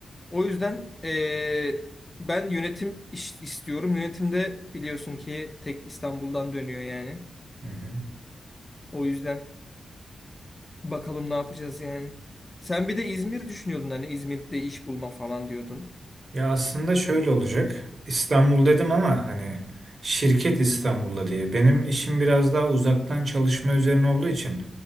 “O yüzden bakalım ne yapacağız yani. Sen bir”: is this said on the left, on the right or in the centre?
Left